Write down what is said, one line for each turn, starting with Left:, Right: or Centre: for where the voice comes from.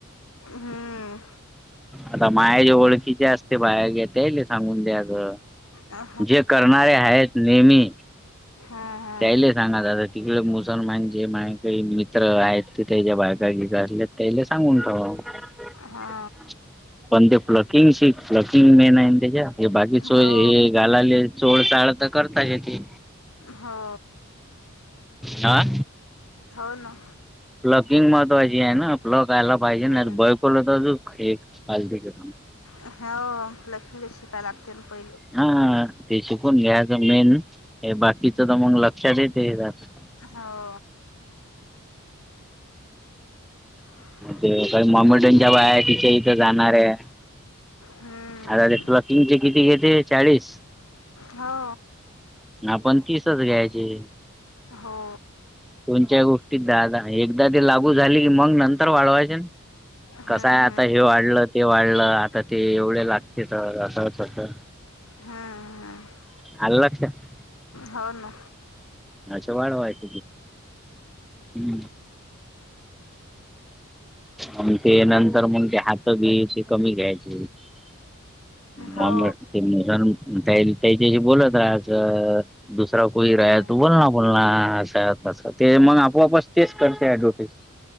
Left: हम्म
Centre: आता माया जे ओळखीचे असते बाया घे त्याले सांगून द्याचं.
Left: हो
Centre: जे करणारे आहेत नेहमी
Left: हा हा
Centre: त्याईले सांगा दादा तिकडे मुसलमान जे मा काही मित्र आहेत ते त्याच्या बायकागले त्याला सांगून ठेवा.
Left: हा
Centre: <unintelligible> पण ते फ्लकिंग शिक फ्लकिंग मेन आहे त्याच्या हे बाकी सो
Left: हो
Centre: हे गालाले सोड साळ तर करता याची
Left: हो
Centre: आ
Left: हो ना
Centre: प्लकिंग महत्त्वाची आहे ना प्लक आयला पाहिजे
Left: हम्म
Centre: ना बयकोलल तर एक पालथ घेत
Left: हा वो प्लकिंगच शिकायला लागतंय पहि
Centre: हा ते शिकून घ्याच मेन हे बाकीच तर मग लक्षात येतायच
Left: हो <unintelligible>
Centre: ते का मम्मी टनच्या बाया तिच्या इथं जाणार आहे
Left: हम्म
Centre: आता ते तुला प्लकिंग चे किती घेते चाळीस
Left: हो
Centre: आपण तीसचं घ्यायची.
Left: हो
Centre: कोणच्याही गोष्टीत दहा दहा एकदा ते लागू झाली की मग नंतर वाढवायचे
Left: हम्म
Centre: कसंय हाय आता हे वाढलं ते वाढलं. आता ते एवढे लागतेत अस तसं
Left: हम्म हम्म हम्म
Centre: आलं लक्षात
Left: हो ना
Centre: असं वाढवायच हम्म आणि ते नंतर मग ते हात ते बी कमी घ्यायच
Left: हो
Centre: <unintelligible> त्या त्याच्याशी बोलत राहायाच दुसरा कोई राहा
Left: हम्म
Centre: त बोल ना पुन्हा असं तस ते मग आपोआपच तेच करते ऍडव्हर्टीस